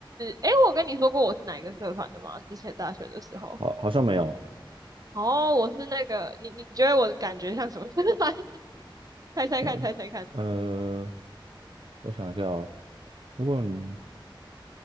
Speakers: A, on the right; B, on the right.
A: 诶，我跟你说过我是哪一个社团的吗？之前大学的时候，
B: 好好像没有，
A: 哦，我是那个，你你觉得我的感觉像什么社团？<laughs> 猜猜看，
B: 哎，
A: 猜猜看。
B: 呃，我想一下哦，如果你，